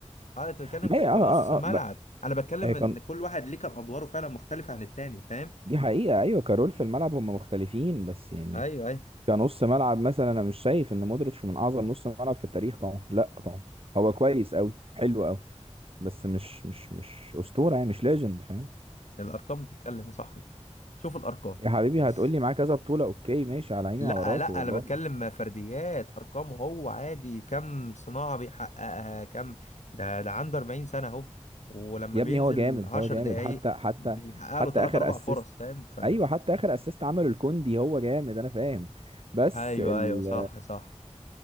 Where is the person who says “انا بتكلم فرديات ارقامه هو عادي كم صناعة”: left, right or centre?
Left